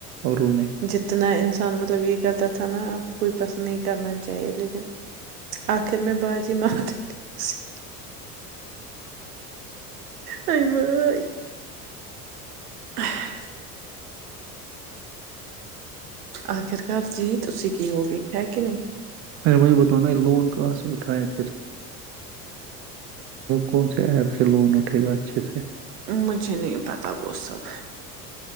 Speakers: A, on the right; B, on the right.
A: اورو نے
B: جتنا ان مطلب یہ کرتا تھا نا آپ کوئی پسند نہیں کرنا چاہیے لیکن آخر میں بازی مار ہی دی اس نے نہیںئی بئی <unintelligible> آخر کرار جی توسی کی ہو گئی ہے کہ نہیں
A: اے مجھے بتانا یہ لون کہاں سے اٹھائے پھر سے کون سے ایپ سے لون اٹھے گا اچھے سے
B: مجھے نہیں پتا وہ سب